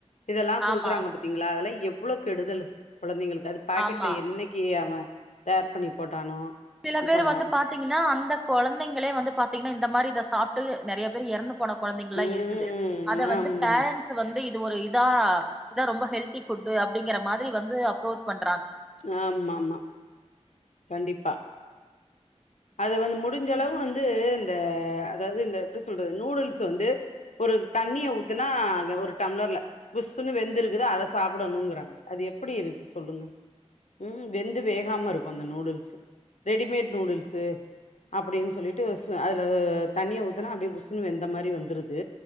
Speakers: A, on the left; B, in the centre.
A: இதெல்லா குடுக்குறாங்க
B: ஆமா
A: பாத்தீங்களா அதெல்லா எவ் வளோ கெடுதல் குழந்தைங்களுக் பாக்கெட்ல
B: ஆமா
A: என்னைக்கி அவே தயார் பண்ணி போட்டானோ
B: சில
A: இது
B: பேர்
A: பண்ணானோ
B: வந்து பாத்தீங்கன்னா அந்த கொழந்தைங்களே வந்து பாத்தீங்கன்னா இந்த மாரிதா சாப்ட்டு நெறைய பேர் எறந்து போன குழந்தைங்கலா
A: ம்
B: இருக்குது அத வந்து
A: ஆமா
B: பேரண்ட்ஸ் வந்து இந் ஒரு இதா இதா ரொம்ப ஹெல்தி ஃபுட்டு அப்படிங்கற மாரி வந்து அப்ரோச் பண்
A: ஆமா ஆமா கண்டிப்பா அது வந்து முடிஞ்சளவு வந்து இந்த அதாவது இந்த எப்டி சொல்றது நூடுல்ஸ் வந்து ஒரு தண்ணிய ஊத்துனா ஒரு டம்ளர்ல புஸ்ஷுன்னு வெந்துருக்குதா
B: ம்
A: அத சாப்பிடணுங்கிறாங்க அது எப்படி இருக்கு சொல்லுங்க ம் வெந்து வேகாம இருக் கு அந்த நூடுல்ஸ் ரெடிமேட் நூடுல்ஸ்ஸு அப்டின்னு சொல்லிட்டு சு அதுல தண்ணிய ஊத்தனா அப்படியே புஸ்ஸுனு வெந்த மாரி வந்துருது